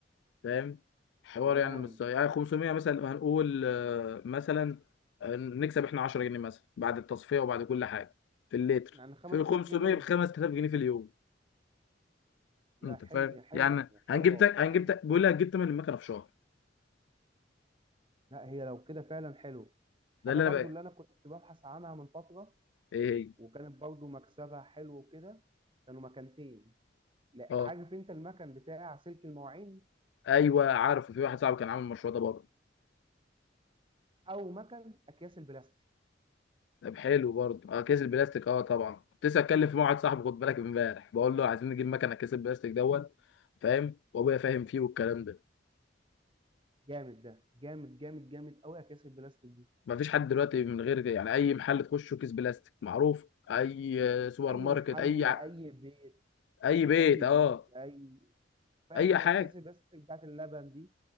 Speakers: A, on the left; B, on the right.
A: فاهم حوار
B: تمام
A: يعني مش يعني 500 مثلا هنقول آه، مثلا آه، نكسب احنا 10 جنيه مثلا بعد التصفيه وبعد كل حاجه في اللتر
B: يعني 5000
A: في 500
B: جنيه
A: ب 5000 جنيه في اليوم
B: لا
A: انت
B: حلو
A: فاهم
B: حلو
A: يعني
B: حلو
A: هنجيب تك هنجيب
B: يعني
A: تك بيقول لي هتجيب تمن المكنه في شهر
B: لا هي لو كده فعلا حلو حاجة
A: ده اللي
B: برضو
A: انا بقى
B: اللي أنا كنت ببحث عنها من فترة
A: ايه هي
B: وكانت برضو مكسبها حلو وكده كانوا مكانتين لا
A: اه
B: عارف أنت المكان بتاع سلك المواعين
A: ايوه عارف في واحد صاحبي كان عامل المشروع ده برضه
B: أو مكان أكياس البلاستيك
A: طب حلو برضه اه كيس البلاستيك اه طبعا كنت لسه اتكلم في مع واحد صاحبي خد بالك امبارح بقول له عايزين نجيب مكنه كيس البلاستيك دوت فاهم وابويا فاهم فيه والكلام ده
B: جامد ده جامد جامد جامد أوي أكياس البلاستيك دي
A: مفيش حد دلوقتي من غير كده. يعني اي محل تخشه كيس بلاستيك معروف اي آه، سوبر
B: أي
A: ماركت
B: محل
A: اي ع-
B: أي بيت
A: اي بيت
B: أي
A: اه
B: بيت أي فاهم
A: اي حاجه
B: أكياس البلاستيك بتاعت اللبن دي